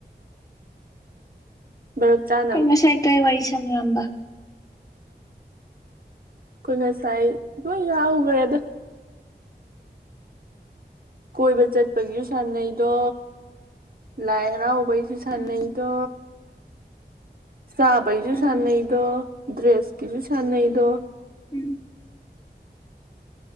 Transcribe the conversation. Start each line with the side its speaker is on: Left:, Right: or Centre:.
Right: ꯕꯔꯞ ꯆꯥ
Left: ꯀꯩ ꯉꯁꯥꯏ ꯀꯩ ꯋꯥꯔꯤ ꯁꯥꯅꯔꯝꯕ
Right: ꯑꯩꯈꯣꯏ ꯉꯁꯥꯏ ꯂꯣꯏ ꯌꯥꯎꯈ꯭ꯔꯦꯗ ꯀꯣꯏꯕ ꯆꯠꯄꯒꯤꯁꯨ ꯁꯥꯟꯅꯩꯗꯣ ꯂꯥꯏ ꯍꯔꯥꯎꯕꯒꯤꯁꯨ ꯁꯥꯟꯅꯩꯗꯣ
Left: ꯎꯝ
Right: ꯆꯥꯕꯒꯤꯁꯨ
Left: ꯎꯝ
Right: ꯁꯥꯟꯅꯩꯗꯣ ꯗ꯭ꯔꯦꯁꯀꯤꯁꯨ ꯁꯥꯟꯅꯩꯗꯣ
Left: ꯎꯝ